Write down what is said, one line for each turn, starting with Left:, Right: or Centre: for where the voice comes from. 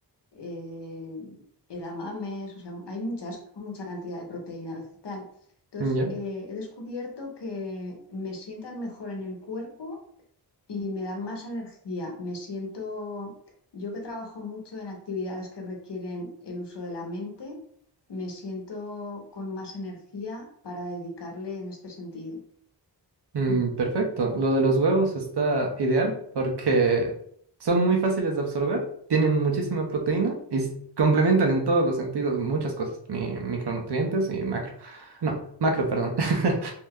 Left: eh, edamames, o sea, hay muchas, mucha cantidad de proteína vegetal. Entonces,
Right: ya.
Left: eh, he descubierto que me sientan mejor en el cuerpo y me dan más energía. Me siento, yo que trabajo mucho en actividades que requieren el uso de la mente, me siento con más energía para dedicarle en este sentido.
Right: Mm,
Left: Mm.
Right: perfecto. Lo de los huevos está ideal porque son muy fáciles de absorber, tienen muchísima proteína y s- complementan en todos los sentidos muchas cosas, mi- micronutrientes y macro. No, macro, perdón. <laughs>